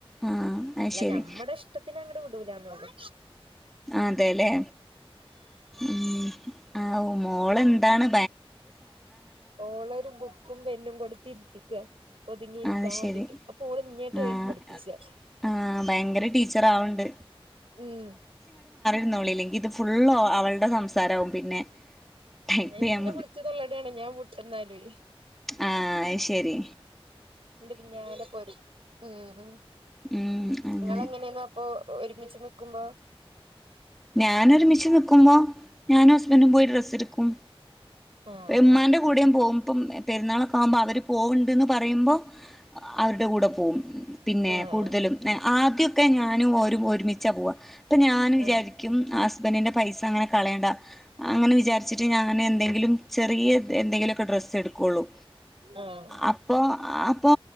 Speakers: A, in the centre; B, on the right.
A: ആഹ് അത്
B: അല്ല
A: ശരി
B: ഞമ്മുടെ ഇഷ്ടത്തിന് അങ്ങട് കിട്ടൂല നമ്മൾത്
A: അതെല്ലേ ഉം ആ മോള്എന്താണ്
B: ഓളരു ബുക്കും പെനും കൊട്ട്ത്തിര്ത്തിക്ക ഒതുങ്ങിയിരിക്കാൻ
A: അത്
B: വേണ്ടിട്ട്
A: ശരി
B: അപ്പൊ ഓള് ഇങ്യെട്ട്
A: ആഹ്
B: എഴുതി പഠിപ്പിച്ച
A: ആഹ് ഭയങ്കര ടീച്ചർ ആവ്ണ്ട്
B: ഉം
A: ന്നോളി ഇല്ലെങ്കിത് ഫുള്ള് ഒ അവള്ടെ സംസാ സാരവും പിന്നെ
B: <unintelligible>
A: ടൈപ്പ് ചെയ്യാൻ
B: ഇന്നെ വിള്ച്ച് തൊള്ളടാണെ ഞാൻ വിട്ട്ന്നാ ഉം
A: ആഹ അയ്ശരി
B: എന്റെ പിന്നാലെ പോരും ഉം ഉം
A: ഉം അങ്ങനെ
B: നിങ്ങളെങ്ങനെന്നപ്പൊ ഒരുമിച്ച് നിക്കുമ്പോ
A: ഞാനൊരുമിച്ച് നിക്കുമ്പോ ഞാനും ഹസ്ബൻഡും പോയി ഡ്രസ് എട്ക്കും
B: ആഹ്
A: ഉമ്മാന്റെ കൂടിം പോകും ഇപ്പം പെരുന്നാളൊക്കെ ആകുമ്പോൾ അവര് പോവണ്ട്ന്ന് പറയുമ്പോ അവരുടെ കൂടെ പോവും പിന്നെ
B: ആഹ്
A: കൂടുതലും ആദ്യൊക്കെ ഞാനും ഒരു ഒരുമിച്ചാ പോവാ അപ്പം ഞാൻ വിചാരിക്കും
B: ആഹ്
A: ഹസ്ബെന്റിന്റെ പൈസ അങ്ങനെ കളയണ്ട അങ്ങനെ വിചാരിച്ചിട്ട് ഞാനെന്തെങ്കിലും- ചെറിയ എന്തെങ്കിലുമൊക്കെ ഡ്രസ്സ് എടുക്കുള്ളൂ
B: ആഹ്
A: അപ്പൊ അപ്പോ